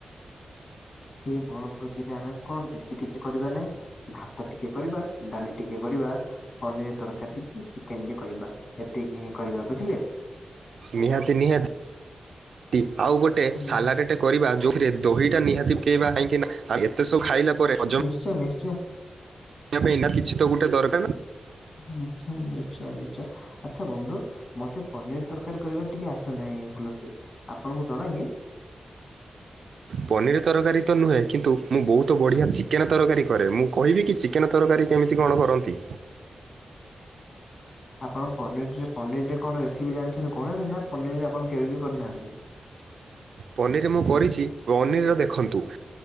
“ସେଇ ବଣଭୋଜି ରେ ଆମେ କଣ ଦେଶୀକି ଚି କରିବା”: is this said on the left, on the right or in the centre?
Left